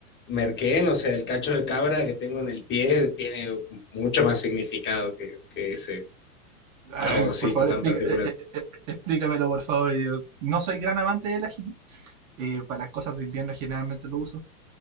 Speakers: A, on the left (about 25°); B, on the right (about 60°).
A: merquén, o sea, el cacho de cabra que tengo en el pie, tiene mucho más significado que, que ese
B: A
A: saborcito
B: ver, por favor,
A: tan
B: explica-
A: particular.
B: eh, eh, eh, explícamelo, por favor. Yo no soy gran amante del ají. eh, para las cosas de invierno generalmente lo uso.